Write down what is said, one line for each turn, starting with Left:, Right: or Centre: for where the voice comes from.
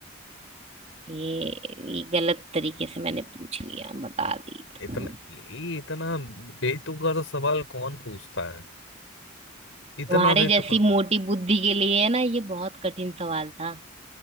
Right: ये ये गलत तरीके से मैंने पूछ लिया बता दी तो।
Left: इतना ये इतना बेतुका सा सवाल कौन पूछता है इतना
Right: तुम्हारे
Left: बेतुका
Right: जैसी मोटी बुद्धि के लिए ना ये बहुत कठिन सवाल था